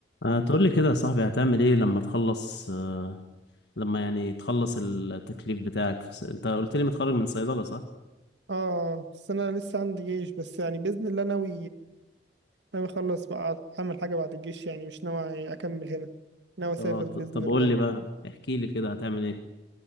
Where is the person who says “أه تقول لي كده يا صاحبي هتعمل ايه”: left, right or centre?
Left